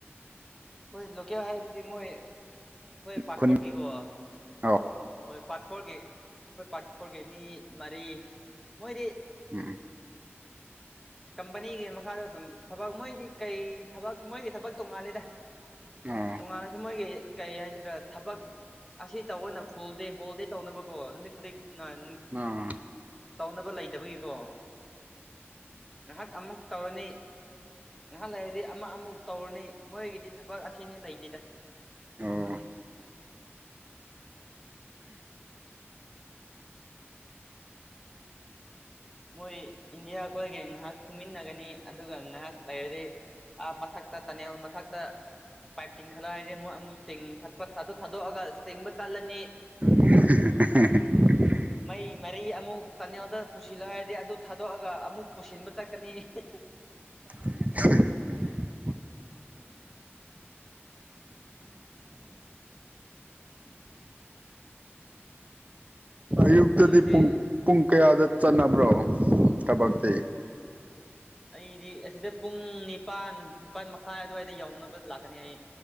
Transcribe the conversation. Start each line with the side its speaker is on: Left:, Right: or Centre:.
Centre: ꯑꯩꯈꯣꯏ ꯂꯣꯀꯦꯜ ꯍꯥꯏꯕꯗꯤ ꯃꯣꯏ ꯑꯩꯈꯣꯏ ꯄꯥꯔꯠ
Right: ꯈꯨꯟ
Centre: ꯐꯣꯔꯒꯤꯀꯣ
Right: ꯑꯣ
Centre: ꯍꯣꯏ ꯄꯥꯔꯠ ꯐꯣꯔꯒꯤ ꯑꯩꯈꯣꯏ ꯄꯥꯔꯠ ꯐꯣꯔꯒꯤ ꯃꯤ ꯃꯔꯤ ꯃꯣꯏꯗꯤ
Right: ꯎꯝ
Centre: ꯀꯝꯄꯅꯤꯒꯤ ꯃꯈꯥꯗ ꯑꯗꯨꯝ ꯊꯕꯛ ꯃꯣꯏꯒꯤ ꯀꯩ ꯊꯕꯛ ꯃꯣꯏꯒꯤ ꯊꯕꯛ ꯇꯣꯡꯉꯥꯜꯂꯤꯗ
Right: ꯑꯣ
Centre: ꯇꯣꯉꯥꯟꯂꯁꯨ ꯃꯣꯏꯒꯤ ꯀꯩ ꯍꯥꯏꯁꯤꯔ ꯊꯕꯛ ꯑꯁꯤ ꯇꯧꯕꯅ ꯐꯨꯜ ꯗꯦ ꯍꯣꯜ ꯗꯦ ꯇꯧꯅꯕꯀꯣ ꯅꯨꯃꯤꯠ ꯈꯨꯗꯤꯡ ꯅ ꯅꯨꯡ
Right: ꯑꯥ
Centre: ꯇꯧꯅꯕ ꯂꯩꯇꯕꯒꯤꯀꯣ ꯉꯍꯥꯛ ꯑꯃꯨꯛ ꯇꯧꯔꯅꯤ ꯉꯥꯏꯍꯥꯛ ꯂꯩꯔꯗꯤ ꯑꯃ ꯑꯃꯨꯛ ꯇꯧꯔꯅꯤ ꯃꯣꯏꯒꯤꯗꯤ ꯊꯕꯛ ꯑꯁꯤꯅꯤ ꯂꯩꯇꯦꯗ <inaudible>
Right: ꯑꯣ
Centre: ꯃꯣꯏ ꯏꯟꯗꯤꯌꯥ ꯈꯣꯏꯒꯤ ꯉꯥꯏꯍꯥꯛ ꯊꯨꯃꯤꯟꯅꯒꯅꯤ ꯑꯗꯨꯒ ꯉꯥꯏꯍꯥꯛ ꯂꯩꯔꯗꯤ ꯑ ꯃꯊꯛꯇ ꯇꯅꯦꯜ ꯃꯊꯛꯇ ꯄꯥꯏꯞ ꯆꯤꯡꯈꯠꯂ ꯍꯥꯏꯗꯤ ꯑꯃꯨꯛ ꯑꯃꯨꯛ ꯆꯤꯡꯈꯠꯄ ꯑꯗꯨ ꯊꯥꯗꯣꯛꯑꯒ ꯆꯤꯡꯕ ꯆꯠꯂꯅꯤ
Right: <unintelligible> ꯑꯍꯦ ꯍꯦ
Centre: ꯃꯩ ꯃꯔꯤ ꯑꯃꯨꯛ ꯇꯅꯦꯜꯗ ꯄꯨꯁꯤꯜꯂꯣ ꯍꯥꯏꯔꯗꯤ ꯑꯗꯨ ꯊꯥꯗꯣꯛꯑꯒ ꯑꯃꯨꯛ ꯄꯨꯁꯤꯟꯕ ꯆꯠꯀꯅꯤ ꯍꯦ ꯍꯦ
Right: <unintelligible> ꯑꯌꯨꯛꯇꯗꯤ
Centre: ꯅꯪꯒꯤꯁꯦ
Right: ꯄꯨꯡ ꯄꯨꯡ ꯀꯌꯥꯗ ꯆꯠꯅꯕ꯭ꯔꯣ ꯊꯕꯛꯇꯤ
Centre: ꯑꯩꯗꯤ ꯑꯁꯤꯗ ꯄꯨꯡ ꯅꯤꯄꯥꯟ ꯅꯤꯄꯥꯟ ꯃꯈꯥꯏ ꯑꯗꯨꯋꯥꯏꯗ ꯌꯧꯅꯕ ꯂꯥꯛꯀꯅꯤ ꯑꯩ